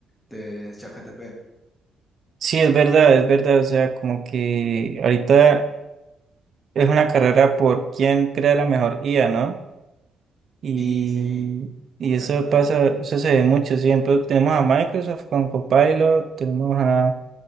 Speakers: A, on the left (about 20°); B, on the right (about 55°).
A: de ChatGPT.
B: Sí, es verdad, es verdad. O sea, como que ahorita es una carrera por quién crea la mejor IA, ¿no? Y,
A: Sí, sí,
B: y
A: exactamente.
B: eso pasa, eso se ve mucho. Siempre tenemos a Microsoft con Copilot, tenemos a